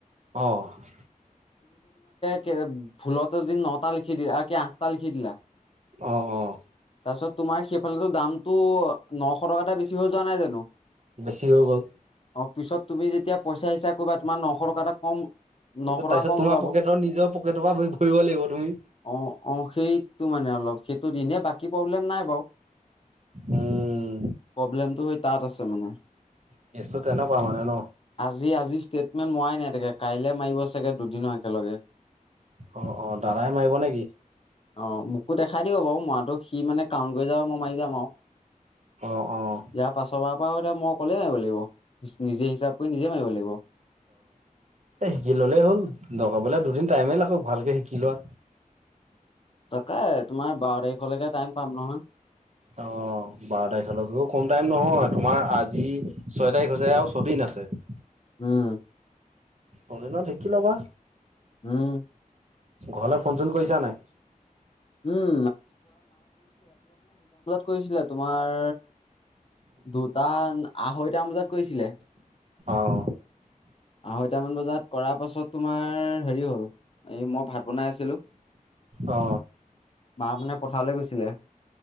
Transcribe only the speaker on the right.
অ',
অহ অহ
বেছি হৈ গ'ল
তাৰ
পিছত
তোমাৰ
পকেটৰ নিজৰ পকেটৰ পৰা ভৰিব লাগিব তুমি
উম,
কেচটো তেনেকুৱা মানে ন
অ অ দাৰাই মাৰিব নেকি
অ', অ',
এ শিকি ললেই হ'ল লগাবলে দুদিন টাইমেই লাগক ভালকে শিকি লোৱা
অ বাৰ তাৰিখলৈক কম টাইম নহয় তোমাৰ আজি ছয় তাৰিখ হৈছে আৰু ছদিন আছে ছে
অদিন ঢেক ল'বা
ঘৰলৈ ফোন চোন কৰিছা নাই
অঁ
অ